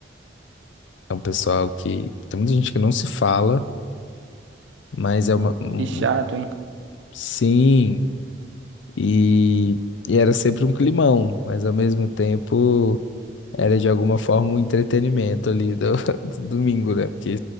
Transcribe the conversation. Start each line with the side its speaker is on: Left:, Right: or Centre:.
Left: É um pessoal que tem muita gente que não se fala, mas é uma um-
Right: e chato,
Left: um,
Right: hein?
Left: sim, e, e era sempre um climão, mas ao mesmo tempo era de alguma forma um entretenimento ali do, <laughs> do domingo, né? Porque